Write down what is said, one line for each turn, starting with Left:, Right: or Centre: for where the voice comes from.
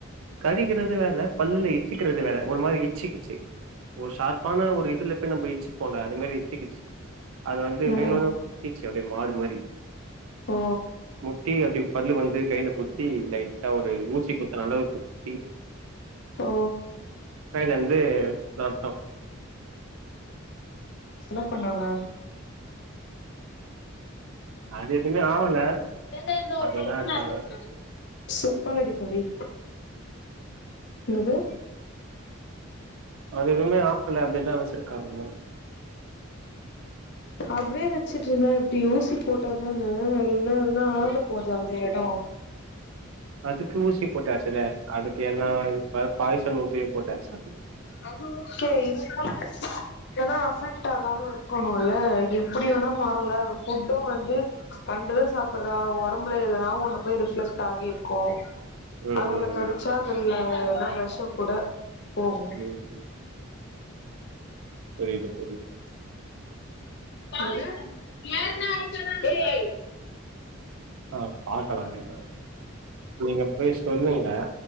Right: கடிக்குறது வேற பல்லுல இட்ச்சுக்குறது வேற ஒரு மாரி இட்ச்சிகிச்சி ஒரு ஷார்ப்பான ஒரு இதுல போய் நம்ம இட்சுபோல அத மாரி இச்சிக்கிச்சி அத வந்து
Left: ம்
Right: வேணோனு. கீச்சி அப்டியே மாடு மாரி.
Left: ஓ
Right: முட்டி அப்டி பல்லு வந்து கையில குத்தி லைட்டா ஒரு ஊசி குத்தன அளவுக்கு. டீஃப்
Left: ஓ
Right: கைலயிந்து ரத்தோ
Left: சிவப்பண்ணுவா
Right: அது எதுவுமே ஆவல
Left: ஏதோ அந்த ஒரு
Right: அப்டியேதா
Left: பிரச்சன
Right: இருக்காங்க
Left: ஆச்சுனு சொன்னியே செருப்பால அடிப்ப வெய் என்னது
Right: அது எதுமே ஆகல அப்டியேதா வெச்சிருக்காங்க.
Left: அப்டியே வெச்சிட்டு இருந்தா எப்டி ஊசி போட்டாதான இல்லனா என்ன ஆக போது அந்த எடோ
Right: அதுக்கு ஊசி போட்டாச்சுல அதுக்கு எல்லா பா பாய்சன் ஊசியு போட்டாச்சு அது
Left: அது ஓகே இதனால ஏன்னா அஃபெக்ட்டாகாம இருக்கணோல எப் புடி வேணா மாறோல ஃபுட்டோ வந்து கண்டதா சாப்புடுறா ஒடம்புல எதனாவு ஒண்ணு போய் ரிஃப்ளெக்ட் ஆகி இருக்கோ
Right: ம்
Left: அவுங்கல
Right: ம்
Left: கடிச்சா அதுல எதனா வெஷோ கூட போகோ
Right: ம் ம் புரியுது புரியுது
Left: ஏக்க
Right: ஆ பாக்கலாங்க என்னதா <unintelligible> நீங்க போய் சொல்லுங்க